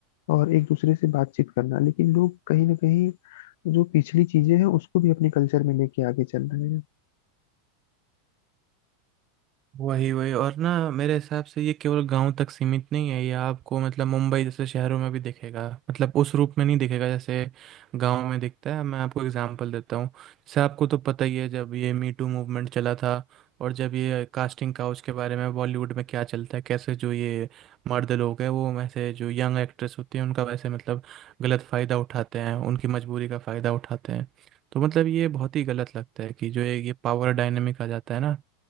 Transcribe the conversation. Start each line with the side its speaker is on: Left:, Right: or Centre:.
Left: और एक दूसरे से बातचीत करना लेकिन लोग कहीं ना कहीं जो पिछली चीजें हैं उसको भी अपने कल्चर में लेके आगे चल रहे हैं
Right: वही वही और ना मेरे हिसाब से ये केवल गांव तक सीमित नहीं है ये आपको मतलब मुंबई जैसे शहरों में भी दिखेगा मतलब उस रूप में नहीं दिखेगा जैसे गांव में दिखता है मैं आपको एग्जांपल देता हूँ जैसे आपको तो पता ही है जब ये मी टू मूवमेंट चला था और जब ये कास्टिंग काउच के बारे में बॉलीवुड में क्या चलता है कैसे जो ये मर्द लोग हैं वो वैसे जो यंग एक्ट्रेस होती हैं उनका वैसे मतलब गलत फ़ायदा उठाते हैं उनकी मजबूरी का फ़ायदा उठाते हैं तो मतलब ये बहुत ही गलत लगता है कि जो एक ये पावर डायनेमिक आ जाता है ना